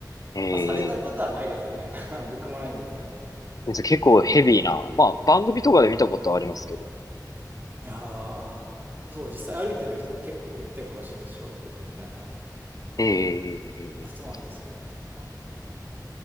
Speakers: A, on the left; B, on the right.
A: ええ
B: まあ、されたことはないですよね。<laughs> 僕もないんですけど。
A: ー。じゃあ結構ヘビーな。まあ、番組とかで見たことはありますけど。
B: ああ、そう、実際歩いてる人も結構いて、この白装束みたいなので。
A: ええ
B: そうなんですよ。まあ、はい。